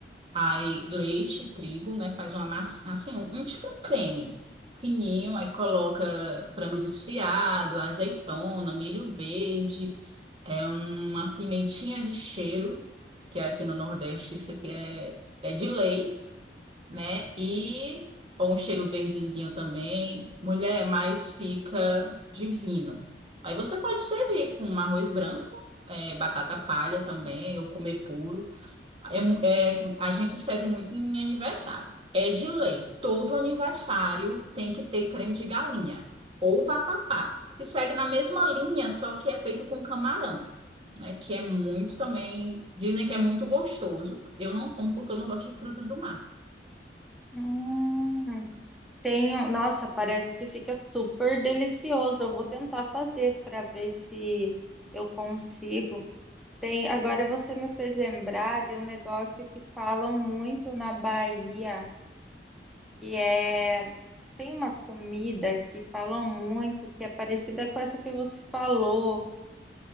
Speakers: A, on the right; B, in the centre.
A: aí leite, trigo, né? Faz uma massa, assim, um, um tipo um creme fininho, aí coloca frango desfiado, azeitona, milho verde. É uma pimentinha de cheiro, que é aqui no Nordeste isso aqui é, é de lei, né? E ou um cheiro verdezinho também. Mulher, mais fica divino. Aí você pode servir com um arroz branco, é, batata palha também, ou comer puro. É mu- é- a gente serve muito em aniversário. É de lei. Todo aniversário tem que ter creme de galinha ou vatapá, que segue na mesma linha, só que é feito com camarão né? Que é muito também. Dizem que é muito gostoso. Eu não como porque eu não gosto de frutos do mar.
B: Hum, tenho, nossa, parece que fica super delicioso. Eu vou tentar fazer para ver se eu consigo. Tem, agora você me fez lembrar de um negócio que falam muito na Bahia, que é, tem uma comida que falam muito, que é parecida com essa que você falou.